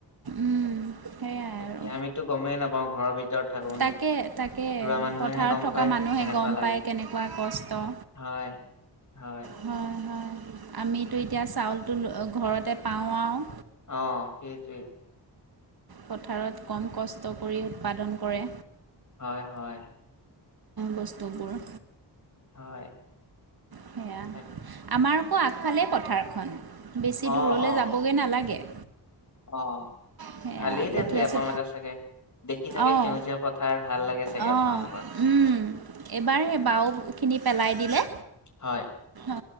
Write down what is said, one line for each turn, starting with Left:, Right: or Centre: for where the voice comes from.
Right: উম সেয়াই।
Left: তাকে
Right: আৰু
Left: আমিতো গমেই নাপাওঁ। ঘৰৰ ভিতৰত থাকোঁ
Right: তাকে
Left: ৰোৱা
Right: তাকে
Left: মানুহেহে
Right: পথাৰত
Left: গম
Right: থকা
Left: পায়
Right: মানুহে
Left: কেনেকুৱা
Right: গম
Left: লাগে।
Right: পায় কেনেকুৱা কষ্ট
Left: হয় হয়।
Right: হয় হয় আমিতো এতিয়া চাউলটো ঘৰতে পাওঁ আৰু।
Left: অ সেইটোৱে।
Right: পথাৰত কম কষ্ট কৰি উৎপাদন কৰে।
Left: হয় হয়।
Right: বস্তুবোৰ।
Left: হয়।
Right: সেয়া
Left: তাকে
Right: আমাৰ আকৌ আগফালে পথাৰখন বেছি
Left: অ
Right: দূৰলৈ
Left: অ
Right: যাবগৈ নালাগে।
Left: অ
Right: সেয়া
Left: ভালেই তেন্তে
Right: কঠীয়াছে
Left: আপোনালোকে চাগে দেখি থাকে
Right: অঁ।
Left: সেউজীয়া পথাৰ ভাল লাগে। চাগে
Right: অঁ
Left: আপোনালোকৰ
Right: উম এইবাৰ সেই বাওখিনি পেলাই দিলে।
Left: হয়।
Right: অ